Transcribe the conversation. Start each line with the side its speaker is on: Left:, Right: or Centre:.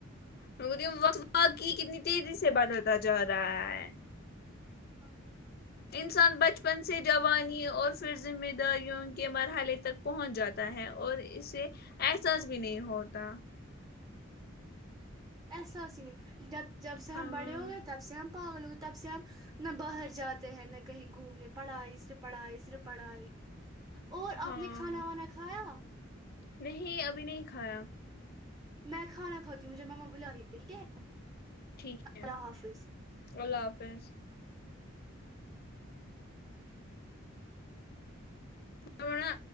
Left: م وق وا کی کتنی تیزی سے بدلتا جا رہا ہے
Right: ہ
Left: انسان بچپن سے جوانی اور پھر ذمہ داریوں کے مرحلے تک پہنچ جاتا ہے اور اسے احساس بھی نہیں ہوتا
Right: احساس نہیں ڈب جب سے
Left: ہاں
Right: ہم بڑے ہو گئے تب سے ہم پا ل تب سے ہم نہ باہر جاتے ہیں نہ کہیں گھومنے پڑھائی سر پڑھائی سر پڑھائی اور
Left: ہاں
Right: آپ نے کھانا وانا کھایا
Left: نہیں ابھی نہیں کھایا
Right: میں کھانا کھاتی ہوں مجھے مما بلا رہی ہے ٹھیک ہے
Left: ٹھیک ہے
Right: اللہ حافظ
Left: اللہ حافظ چرا